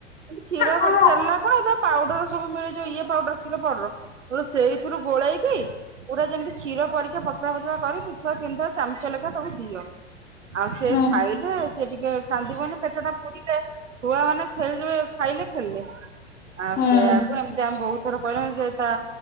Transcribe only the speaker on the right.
କ୍ଷୀର
ବଧେ ସେର୍ଲାକ ଆଉଥରେ ପାଉଡର ସବୁ ମିଳିଯିଉ ଇଏ ପାଉଡର ଖିର ପାଉଡର୍ ହଁ ସେଇଥିରୁ ଗୋଳେଇକି ପୁରା ଯେମିତି କ୍ଷୀର ପରିକା ପତଳା ପତଳା କରିକି ଥର ତିନିଥର ଚଂଚେ ଲେଖା ତାକୁ ଦିଅ। ଆଉ ସେ
ଖାଇଲେ ସେ ଟିକେ କାନ୍ଦିବନି ପେଟ ଟା ପୁରିଲେ ଛୁଆ ମାନେ ଖେଳ୍ <unintelligible> ଖାଇଲେ ଖେଲେ ଆଉ
ସେୟାକୁ ଏମିତି ଆମ୍ ବହୁ ଥର କହିଲୁ ସେ ତା